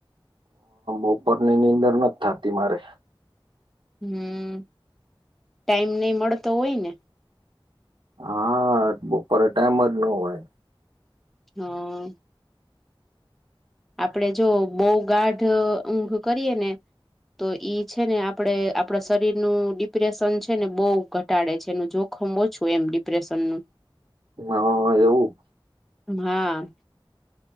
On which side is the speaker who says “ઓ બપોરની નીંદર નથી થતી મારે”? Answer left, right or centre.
Right